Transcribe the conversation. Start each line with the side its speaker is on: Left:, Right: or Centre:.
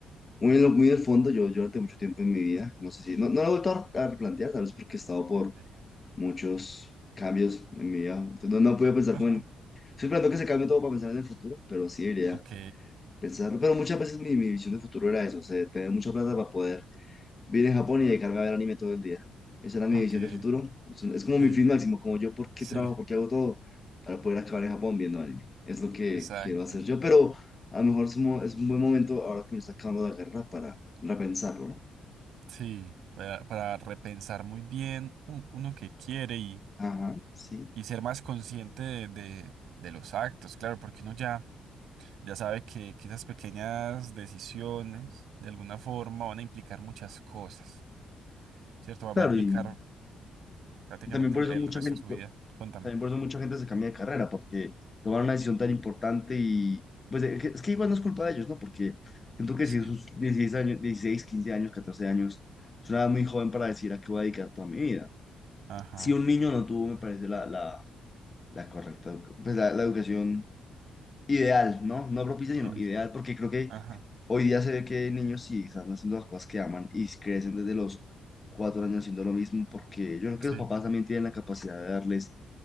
Left: muy en, lo- muy en el fondo, yo, yo durante mucho tiempo en mi vida, no sé si, no, no lo he vuelto a, a replantear, tal vez porque he estado por
Right: sí.
Left: muchos cambios en mi vida. Entonces, no, no he podido pensar
Right: Ajá.
Left: como en, estoy esperando que se cambie todo para pensar en el futuro, pero sí debería
Right: Ok,
Left: pensarlo. Pero muchas veces mi, mi visión de futuro era eso, o sea, tener mucha plata para poder Vine a Japón y dedicarme a ver anime todo el día. Esa era mi
Right: ok,
Left: visión de futuro. Es un- es como
Right: sí,
Left: mi fin máximo, como yo, ¿por qué
Right: sí,
Left: trabajo? ¿Por qué hago todo? Para poder acabar en Japón viendo anime. Es lo que
Right: exacto.
Left: quiero hacer yo, pero a lo mejor es un, mo- es un buen momento ahora que me está acabando la guerra para repensarlo, ¿no?
Right: Sí, para, para repensar muy bien u- uno que quiere y,
Left: Ajá, sí.
Right: y ser más consciente de, de- de los actos, claro, porque uno ya, ya sabe que, que esas pequeñas decisiones de alguna forma van a implicar muchas cosas, ¿cierto? Va,
Left: Claro,
Right: va a implicar
Left: y
Right: prácticamente
Left: también por
Right: el,
Left: eso
Right: el
Left: mucha
Right: resto
Left: gente.
Right: de su vida. Contame.
Left: También por eso mucha gente se cambia de carrera, porque tomar una decisión tan importante y pues es que, es que igual no es culpa de ellos, ¿no? Porque siento que
Right: Sí.
Left: si sus 16 años, 16, 15 años, 14 años, es una edad muy joven para decir a qué voy a dedicar toda mi vida.
Right: Ajá.
Left: Si un niño no tuvo, me parece la, la, la correcta, edu- pues la, la educación ideal, ¿no? No propicia, sino
Right: Sí.
Left: ideal, porque creo que
Right: Ajá.
Left: Hoy día se ve que niños sí están haciendo las cosas que aman y crecen desde los cuatro años haciendo lo mismo, porque yo creo que
Right: Sí.
Left: los papás también tienen la capacidad de darles